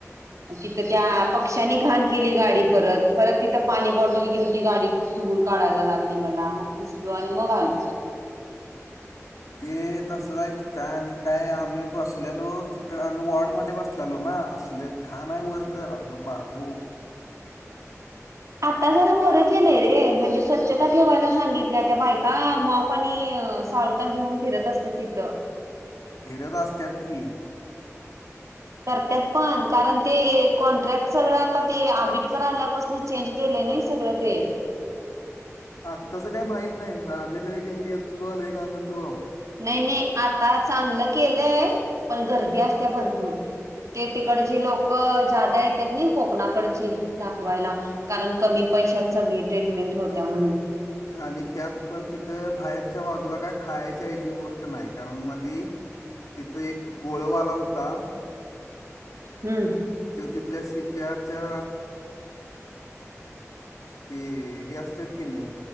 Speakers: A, on the right; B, on the left.
A: तिथं त्या पक्ष्यांनी घाण केली गाडीत परत परत तिथं पाणी बॉटल घेऊन ती गाडीत धुवून काढायला लागली मला मग पुसलो आणि मग आलो.
B: ते तसचाय तिथं आणि काय आम्ही बसलेलो तिथंला आम्ही वॉर्डमध्ये बस बसलेलो ना असलं घाण हाय वरतर आग बाबो
A: आता जरा बर केलंय रे म्हणजे स्वच्छता ठेवायला सांगितल्या त्या बायका माप आणि <unintelligible> घेऊन फिरत असते तिथं
B: फिरत असत्याात की
A: करत्यात पण कारण ते कॉन्ट्रॅक्ट सगळं आता ते आबिटकर आल्यापास पूर्ण चेंज केलंय नाही सगळं ते
B: आत्ताच काही माहित नाही आम्ही लई गेलतु तवा लई घाण व्हतं बाबा
A: नाही नाही आता चांगलं केलंय पण गर्दी असत्या भरपूर ते तिकडची लोक जादा येतात नाई कोकणाकडची दाखवायला कारण कमी पैशात सगळी ट्रीटमेंट होत्या म्हणून.
B: आणि त्यात पण तिथं बाहेरच्या बाजूला काय खायच्या हची गोष्ट नाही कारण मधी तिथं एक गोळ वाला होता.
A: हम्म
B: तो तिथल्या सी पी आरच्या ती हे असतात का नाही